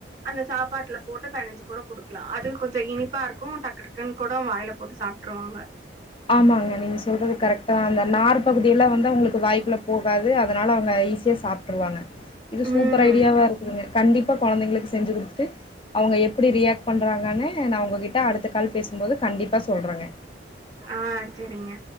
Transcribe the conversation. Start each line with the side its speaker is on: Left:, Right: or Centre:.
Right: அந்த சாப்பாட்ல போட்டு கூட பெனஞ்சுக்குட குடுக்லா அது கொஞ்ச இனிப்பாருக்கு டக்கு டகுன்கூட வாய்ல போட்டு சாப்ட்ருவாங்க.
Left: ஆமாங்க நீங்க சொல்றது கரக்டா அந்த நார் பகுதியலா வந்தா உங்ளுக்கு வாய்க்குல்ல போகாது அதனால அவ்ங்க ஈஸ்யா ட்ருவாங்க இது சூப்பர்
Right: ம்
Left: ஐடியாவா இருக்குதுங்க கண்டிப். ப கொழந்தைங்ளுக்கு செஞ்சு குடுத்திட்டு அவங்க எப்டி ரியாக்ட் பண்றாங்கனு நான் உங்க கிட்ட அடுத்த கால் பேசும்போது கண்டிப்பா சொல்றங்க.
Right: ஆஹ்ன் ச்சரிங்க